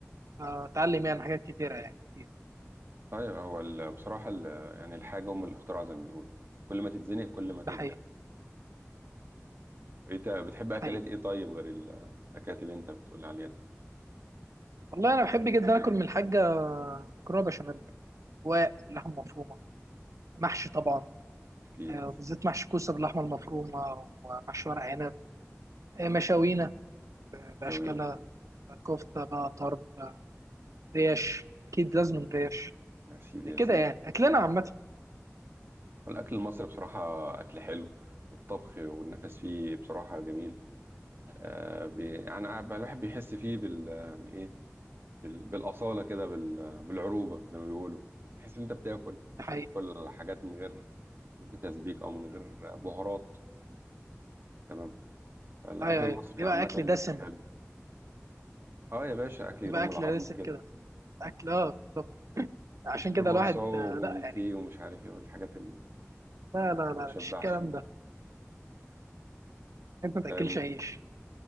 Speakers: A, on the right (about 80°); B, on the right (about 50°).
A: آه، اتعلم يعني حاجات كتيره يعني فيها
B: طيب هو ال- بصراحة ال- يعني الحاجة أم الاختراع زي ما بيقولوا كل ما تتزنق كل ما تبدع
A: ده حقيقي
B: أنت بتحب أكلات
A: حقيقي
B: إيه طيب غير ال- الأكلات اللي أنت بتقول عليها دي
A: والله انا بحب جدا اكل من الحاجه مكرونه بشاميل رواق باللحمه المفرومه محشي طبعا
B: أكيد
A: آه، بالذات محشي كوسه باللحمه المفرومه ومحشي ورق عنب آه، مشاوينا
B: آه، شوينا
A: باشكالها
B: م-
A: آه، كفته بقى طرب آه، ريش اكيد لازم ريش
B: يا سيدي يا
A: كده
B: سيدي
A: يعني اكلنا عامه
B: والأكل المصري بصراحة أكل حلو والطبخ والنفس فيه بصراحة جميل آه بي يعني قاعد- الواحد بيحس فيه بال يعني إيه بال بالأصالة كده بال بالعروبة زي ما بيقولوا تحس إن أنت بتاكل مش
A: ده حقيقي
B: بتاكل حاجات من غير من غير تسبيك أو من غير بهارات تمام الأكل
A: ايوه
B: المصري
A: ايوه يبقى
B: عامة
A: اكل دسم
B: بيبقى حلو اه يا باشا أكل يرم
A: يبقى اكل
B: العظم
A: دسم
B: كده
A: كده اكل اه بالظبط عشان
B: مش كرواسون
A: كده الواحد آه، لا
B: وملفيه
A: يعني
B: ومش عارف ايه والحاجات اللي
A: لا لا لا
B: ما تشبعش
A: مش الكلام
B: دي
A: ده انت ما تاكلش
B: كلام جميل.
A: عيش